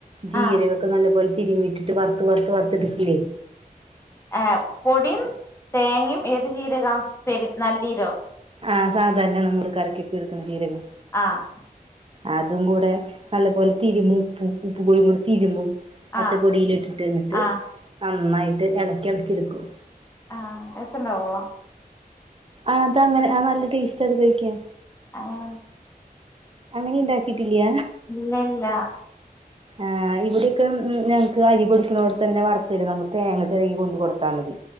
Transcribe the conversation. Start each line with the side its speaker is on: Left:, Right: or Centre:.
Right: ജീരകു
Left: ആഹ്
Right: നല്ല പോലെ തിരി ഇട്ടിട്ട് വറുത്ത് വറത്ത് വറത്തെടുക്കിലെ
Left: ഏ പൊടിം തേങ്ങെം ഏത് ചീര കാ പെ നല്ലീരോ
Right: ആഹ് സാധാരണ നമ്മള് കറിക്കൊക്കെ ഇടുക്കുന്ന ജീരകം
Left: ആഹ്
Right: അതും കൂടെ നല്ലപോലെ തിരുമ്പും. ഉപ്പ് ഉപ്പ് കോഴിയും കൂടി തിരുമ്പും പച്ചപ്പൊടിയിലിട്ടിട്ട്
Left: ആഹ്
Right: ഇന്ന്ട്ട്
Left: ആഹ്
Right: നന്നായിട്ട് എളക്കി എളക്കി ഇടുക്കും.
Left: ആഹ് രസണ്ടാവൊ
Right: ആത് അങ്ങനെ ആ നല്ല ടേസ്റ്റ് അത് കഴിക്കൻ
Left: ആഹ്
Right: അങ്ങെനീണ്ടാക്കിട്ടില്ല
Left: ഇല്ലല്ല
Right: ആഹ് ഇവിടെയൊക്കെ ഉം ഞങ്ങക്ക് അരി പൊടിക്ക്ണോട് തന്നെ വറുത്തരും നമ്മു തേങ്ങ ചെരകി കൊണ്ട് കൊടുത്താ മതി.